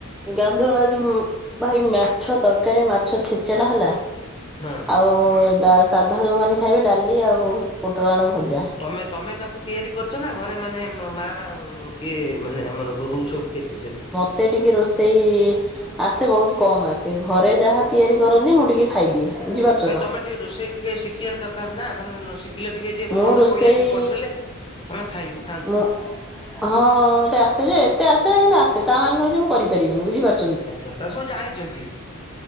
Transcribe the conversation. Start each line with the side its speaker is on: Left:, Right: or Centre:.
Centre: ଗାଧୁଆଳ ଆଜି ଉଁ ଭାଇ ମାଛ ତରକାରୀ, ମାଛ ଛେଚେଡ଼ା ହେଲା
Left: ହଁ।
Centre: ଆଉ ଡା ସାଧା ଯେଉଁମାନେ ଖାଇବେ ଡ଼ାଲି ଆଉ ପୋଟୋଳ ଆଳୁ ଭଜା।
Left: ତମେ ତମେ ତାକୁ ତିଆରି କରିଛ ନା ଘରେ ମାନେ ମାଆ ଉଁ କିଏ ମାନେ ଆମର ବୋହୁ ସବୁ ତିଆରି କରିଛନ୍ତି?
Centre: ମୋତେ ଟିକେ ରୋଷେଇ ଆସେ ବହୁତ କମ୍ ଆସେ ଘରେ ଯାହା ତିଆରି କରନ୍ତିି ମୁଁ ଟିକେ ଖାଇଦିଏ। ବୁଝିପାରୁଛ
Left: ଖାଲି
Centre: ତ।
Left: ତମେ ଟିକେ ରୋଷେଇ ଟିକେ ଶିଖିବା ଦରକାର ନା ତମେ ଶିଖିଲେ ଟିକେ ଯିଏ
Centre: ମୁଁ
Left: ଭଲ ମନ୍ଦ
Centre: ରୋଷେଇ
Left: କହିଲେ ଟିକେ କରିଦେଲେ ଆମେ ଖାଇଲୁ ଖାଆନ୍ତୁ।
Centre: ମୁଁ ହଁ ମତେ ଆସେ ଯେ ଏତେ ଆସେ ନା କିନ୍ତୁ ଆସେ ତା ମାନେ ନୁହଁ ଯେ ମୁଁ କରିପାରିବିନି ବୁଝିପାର
Left: ଆଚ୍ଛା ତାହେଲେ ସବୁ ଜାଣିଛନ୍ତି?